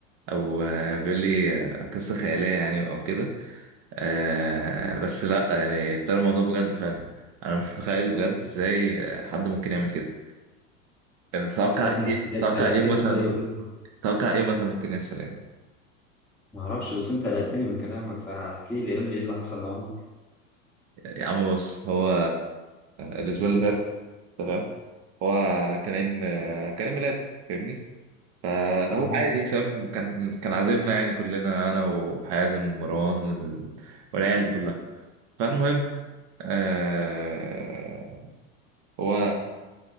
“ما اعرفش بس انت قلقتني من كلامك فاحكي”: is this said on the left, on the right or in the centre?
Centre